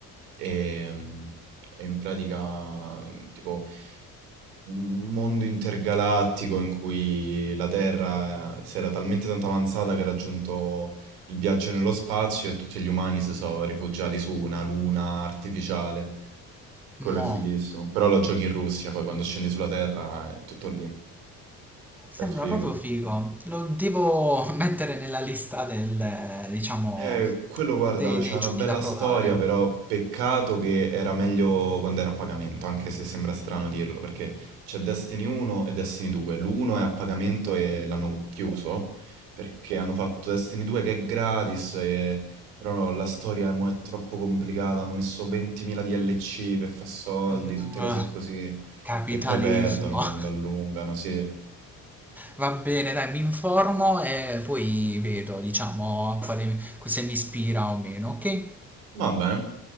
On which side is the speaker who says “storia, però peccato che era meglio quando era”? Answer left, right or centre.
Right